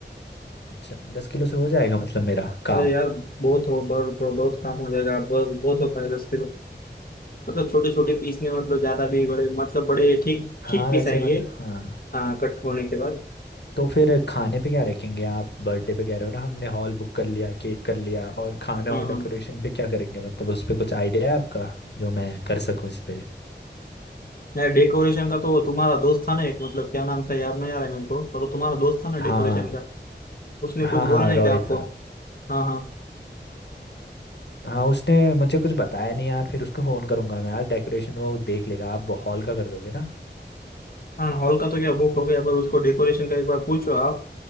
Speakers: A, on the left (about 70°); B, on the left (about 55°).
A: अच्छा दस किलो से हो जाएगा मतलब मेरा काम
B: अरे यार बहुत हो बहुत बहुत काम हो जाएगा बहुत बहुत होता है दस किलो मतलब छोटे छोटे पीस में मतलब ज्यादा भी बड़े मतलब बड़े ठीक
A: हाँ
B: ठीक पीस
A: वैसे
B: आएंगे
A: ठीक मत हाँ
B: हाँ कट होने के बाद
A: तो फिर खाने पे क्या रखेंगे आप बर्थडे पे कह रहे हो ना हमने हॉल बुक कर लिया केक कर लिया और खाना
B: हाँ
A: और
B: हाँ
A: डेकोरेशन पे क्या करेंगे मतलब उस पे कुछ आइडिया है आपका जो मैं कर सकूं इस पे
B: यार डेकोरेशन का तो वो तुम्हारा दोस्त था ना एक मतलब क्या नाम था याद नहीं आ रहा है मेरे को पर वो तुम्हारा दोस्त था ना
A: हाँ
B: डेकोरेशन का उसने
A: हाँ
B: कुछ बोला
A: हाँ
B: नहीं
A: रॉय
B: क्या आपको
A: था
B: हाँ हाँ
A: हाँ उसने मुझे कुछ बताया नहीं यार फिर उसको फ़ोन करूंगा मैं आज डेकोरेशन वो देख लेगा आप हॉल का कर दोगे ना
B: हाँ हॉल का तो क्या बुक हो गया पर उसको डेकोरेशन का एक बार पूछो आप